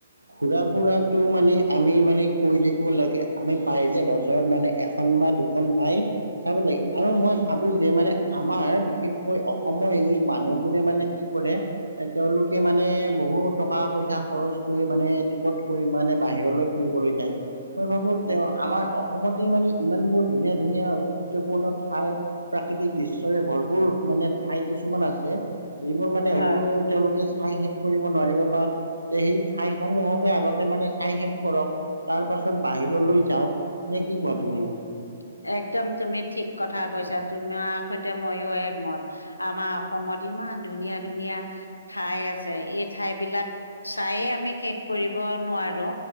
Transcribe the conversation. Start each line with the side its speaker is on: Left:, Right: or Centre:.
Right: ঘূৰা- ফুৰাটো মানে আমি মানে কৈ থাকিব লাগে আমি পায় যে বছৰত মানে এখন বা দু খন ভাই আৰু লাগে আৰু মই ভাবো যে মানে আমাৰ বিশেষকৈ অসমৰ এনে মানুহবোৰে মানে কি কৰে তেওঁলোকে মানে বহু টকা পইচা খৰচ কৰি মানে টিকট কৰি মানে বাহিৰলৈ ফুৰিবলৈ যায়। মই ভাবো
Left: উম
Right: তেওঁ আমাৰ অসমতে মানে ইমান বোৰ ধুনীয়া-ধুনীয়া ঐতিহ্যপূৰ্ণ ঠাই প্ৰাকৃতিক দৃশ্যৰে ভৰপূৰ মানে ঠাই কিছুমান আছে, যিবোৰ মানে
Left: হয়,
Right: তেওঁলোকে চাই শেষ কৰিব নোৱাৰিব বা তে সেই ঠাইসমূহকে আগতে মানে চাই শেষ কৰক তাৰ পাছত বাহিৰলৈ যাওক। নে কি কোৱা
Left: উম,
Right: তুমি?
Left: একদম তুমি ঠিক কথা কৈছা, তোমাৰ সৈতে মইও একমত আমাৰ অসমত ইমান ধুনীয়া-ধুনীয়া ঠাই আছে এই ঠাই বিলাক চাইয়েই আমি শেষ কৰিব নোৱাৰো।